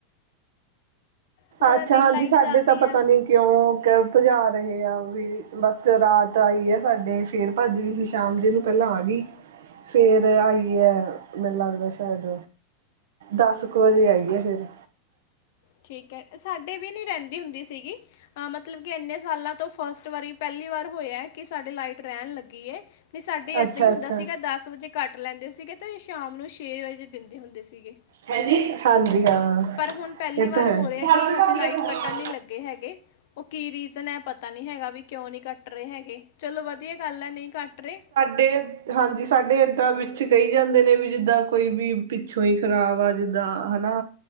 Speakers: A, on the left (about 65°); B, on the right (about 85°).
A: ਪੂਰਾ
B: ਅੱਛਾ,
A: ਦਿਨ
B: ਹਾਂਜੀ
A: ਲਾਈਟ
B: ਸਾਡੇ
A: ਚੱਲਦੀ
B: ਤਾਂ
A: ਆ
B: ਪਤਾ ਨੀ ਕਿਉਂ ਕ ਪਜਾ ਰਹੇ ਆ ਵੀ, ਬਸ ਰਾਤ ਆਈ ਆ ਸਾਡੇ। ਫੇਰ ਪੱਜ ਗੀ ਸੀ ਸ਼ਾਮ, ਜੇ ਨੂੰ ਪੈਲਾਂ ਆਗੀ। ਫੇਰ ਆਈਏ, ਮੈਨੂੰ ਲਗਦਾ ਸ਼ੈਦ ਦੱਸ ਕੁ ਵੱਜੇ, ਆਈਏ ਫੇਰ।
A: ਠੀਕ ਐ, ਸਾਡੇ ਵੀ ਨੀ ਰਹੰਦੀ ਹੁੰਦੀ ਸੀਗੀ, ਮਤਲਬ ਕਿ ਏਨੇ ਸਾਲਾਂ ਤੋਂ ਫਸਟ ਵਰੀ ਪੈਲੀ ਵਾਰ ਹੋਇਆ, ਕਿ ਸਾਡੇ ਲਾਈਟ ਰੈਨ ਲਗੀ ਏ। ਨੀ ਸਾਡੇ ਏਦਾਂ
B: ਅੱਛਾ-ਅੱਛਾ।
A: ਈ ਹੁੰਦਾ, ਸੀਗਾ ਦਸ ਵੱਜੇ ਕੱਟ ਲੈਂਦੇ ਸੀਗੇ, ਤੇ ਸ਼ਾਮ ਨੂੰ ਛੇ ਵੱਜੇ ਦਿੰਦੇ ਹੁੰਦੇ ਸੀਗੇ।
B: ਹੈਂਜੀ, ਹਾਂਜੀ ਹਾਂ।
A: ਪਰ ਹੁਣ ਪੈਲੀ
B: ਇਹ
A: ਵਾਰ
B: ਤਾਂ ਹੈ।
A: ਹੋ ਰੈਏ, ਕਿ ਹਜ਼ੇ ਲਾਈਟ ਕੱਟਣ ਨੀ ਲੱਗੀ। ਗੇ ਹੈਗੇ। ਓ ਕੀ ਰੀਅਜ਼ਨ ਐ, ਪਤਾ ਨੀ ਹੈਗਾ ਵੀ ਕਿਉਂ ਨੀ ਕੱਟ ਟ ਰੇ ਹੈਗੇ। ਚਲੋ ਵਧੀਆ ਗੱਲ ਐ, ਨਈ ਕੱਟ ਰੇ।
B: ਡੇ ਹਾਂਜੀ, ਸਾਡੇ ਏਦਾਂ ਵਿੱਚ ਕਈ ਜਾਂਦੇ ਨੇ ਵੀ, ਜਿੱਦਾਂ ਕੋਈ ਵੀ ਪਿੱਛ ਤੁਇ ਖ਼ਰਾਬ ਆ ਜਿੱਦਾਂ, ਹਨਾ